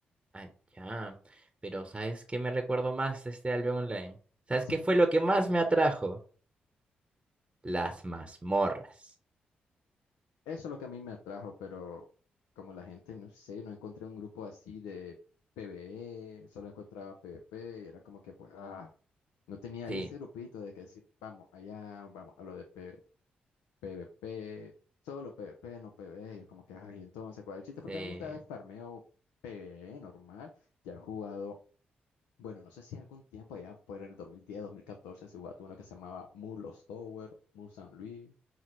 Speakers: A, on the right; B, on the left.
A: allá. Pero ¿sabes qué me recuerdo más de este Albion Online? ¿Sabes
B: Sí.
A: qué fue lo que más me atrajo? Las mazmorras.
B: Eso es lo que a mí me atrajo, pero como la gente, no sé, no encontré un grupo así de PvE, solo encontraba PvP y era como que, pues, ah, no tenía
A: Sí,
B: ahí ese grupito de que decir, vamos, allá, vamos a lo de P- PvP, solo PvP, no PvE, y es como que, ay, entonces, ¿cuál es el chiste? Porque
A: sí.
B: a mí me gusta el farmeo PvE normal, ya he jugado, bueno, no sé si algún tiempo, allá por el 2010, 2014, se jugó uno que se llamaba Mulos Tower, Mu San Luis.